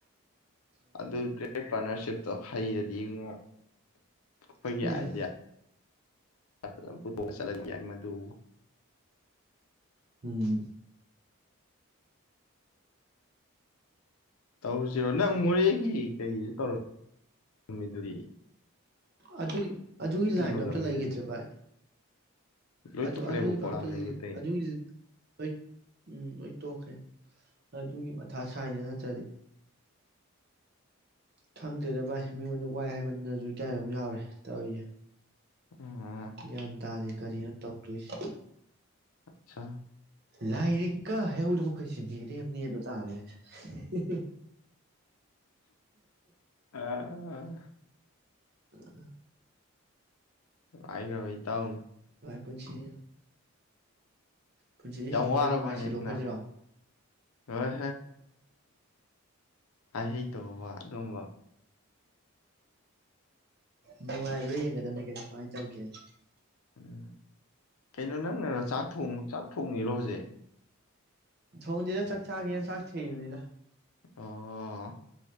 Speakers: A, on the left; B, on the right.
A: ꯑꯗꯨ ꯇ꯭ꯔꯦꯠꯗ ꯄꯥꯔꯅꯔꯁꯤꯞ ꯍꯩꯔꯗꯤ ꯉꯣ ꯑꯩꯈꯣꯏꯒꯤ
B: ꯎꯝ
A: ꯑꯥꯏꯗꯤꯌꯥ <unintelligible>
B: ꯎꯝ
A: ꯇꯧꯔꯨꯁꯤꯔꯣ ꯅꯪ ꯃꯣꯔꯦꯒꯤ ꯀꯩꯁꯨ ꯇꯧꯔ <unintelligible>
B: ꯑꯗꯨꯒꯤ ꯑꯗꯨꯒꯤ ꯂꯥꯏꯟꯗꯣ
A: ꯌꯣꯜꯂꯝꯃꯤꯗꯨꯗꯤ
B: ꯑꯝꯇ ꯂꯩꯒꯤꯗ꯭ꯔꯦ ꯚꯥꯏ
A: ꯂꯣꯏ
B: ꯑꯗꯨ
A: ꯇꯣꯛꯈ꯭ꯔꯦꯕꯀꯣ
B: ꯑꯗꯨꯗꯣ ꯑꯝꯇ
A: ꯅꯍꯥꯟ ꯂꯩꯒꯤꯕꯗꯩ
B: ꯂ ꯑꯗꯨꯒꯤ ꯂ ꯂꯣꯏ ꯎꯝ ꯂꯣꯏ ꯇꯣꯛꯈ꯭ꯔꯦ ꯑꯗꯨꯒꯤ ꯃꯊꯥ ꯁꯥꯏꯅꯦ ꯅꯠꯇ꯭ꯔꯗꯤ ꯈꯪꯗꯦꯗ ꯚꯥꯏ ꯃꯤꯉꯣꯟꯗ ꯋꯥꯏ ꯍꯥꯏꯃꯟꯗꯅꯁꯨ ꯏꯀꯥꯏꯕ ꯑꯝ ꯌꯥꯎꯔꯦ ꯇꯧꯔꯤꯖꯦ
A: ꯑ
B: ꯒ꯭ꯌꯥꯟ ꯇꯥꯗꯦ ꯀꯔꯤꯅꯣ ꯇꯧ ꯆꯣꯏꯁ
A: ꯑꯆꯥ
B: ꯂꯥꯏꯔꯤꯛꯀ ꯍꯩꯍꯧꯗꯕ ꯑꯩꯈꯣꯏꯁꯦ ꯃꯤꯔꯦꯝꯅꯤ ꯗꯣ ꯇꯥꯔꯦ <inaudible>
A: ꯑꯥ ꯑꯥ
B: <unintelligible>
A: ꯅꯨꯉꯥꯏꯒ꯭ꯔꯕ ꯏꯇꯥꯎꯅꯤ
B: ꯄꯨꯟꯁꯤꯅ ꯄꯨꯟꯁꯤꯁꯦ ꯍꯤꯡꯕ
A: ꯋꯥꯔꯕꯅꯦ
B: ꯌꯥꯝ ꯋꯥꯏ ꯁꯤꯗꯣꯛ ꯈꯔꯁꯤꯔꯣ
A: ꯅꯪ ꯍꯣꯏ ꯍꯥꯏꯍꯩꯇꯕ ꯋꯥ ꯑꯗꯨꯒꯨꯝꯕ
B: ꯅꯨꯡꯉꯥꯏꯕ꯭ꯔꯥ ꯌꯦꯡꯒꯗꯝꯅꯦ ꯀꯩꯅꯣ ꯀꯃꯥꯏ ꯇꯧꯒꯦꯅ
A: ꯎꯝ ꯀꯩꯅꯣ ꯅꯪꯅꯔꯣ ꯆꯥꯛ ꯊꯣꯡ ꯆꯥꯛ ꯊꯣꯡꯉꯤꯔꯣ ꯍꯧꯖꯤꯛ
B: ꯊꯣꯡꯗꯦꯗ ꯆꯥꯛ ꯆꯥꯒꯦꯅ ꯆꯥꯛ ꯊꯤꯔꯤꯅꯤꯗ
A: ꯑꯣ